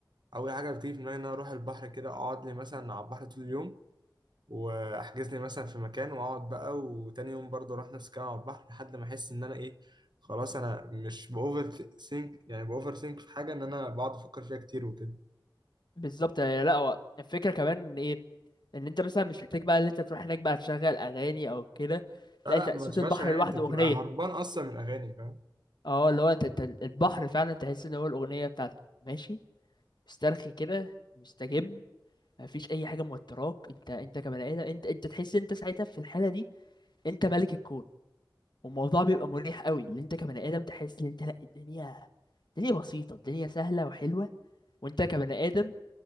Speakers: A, on the right; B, on the left.
A: أول حاجة بتيجي في دماغي إن أنا أروح البحر كده أقعد لي مثلا على البحر طول اليوم واحجز لي مثلا في مكان واقعد بقى وتاني يوم برضه اروح نفس الكلام على البحر لحد ما احس ان انا ايه خلاص انا مش باوفر ثينك يعني باوفر ثينك في حاجه ان انا بقعد افكر فيها كتير وكده
B: بالظبط هي- لا هو الفكرة كمان إن ايه ان انت مثلا مش محتاج بقى ان انت تروح هناك بقى تشغل اغاني او كده
A: لا
B: لا
A: لا
B: انت
A: ما
B: صوت
A: تشغلش
B: البحر
A: اغاني
B: لوحده
A: انت بتبقى
B: اغنية
A: هربان اصلا من اغاني فاهم
B: اه اللي هو انت انت البحر فعلا تحس ان هو الاغنية بتاعتك ماشي مسترخي كده مستجم مفيش اي حاجه موتراك انت انت كبني ادم انت انت تحس انت ساعتها في الحاله دي انت ملك الكون والموضوع بيبقى مريح قوي اللي انت كبني ادم تحس ان انت لا الدنيا الدنيا بسيطه الدنيا سهله وحلوه وانت كبني ادم